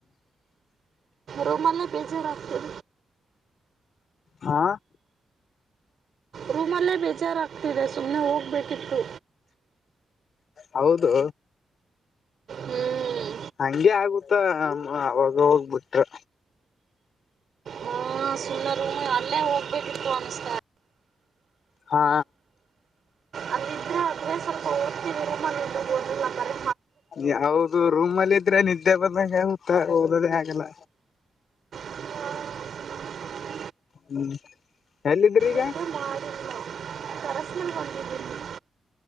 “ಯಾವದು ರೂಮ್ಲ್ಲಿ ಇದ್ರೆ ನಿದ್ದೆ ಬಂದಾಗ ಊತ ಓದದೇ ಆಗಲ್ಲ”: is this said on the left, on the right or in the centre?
Left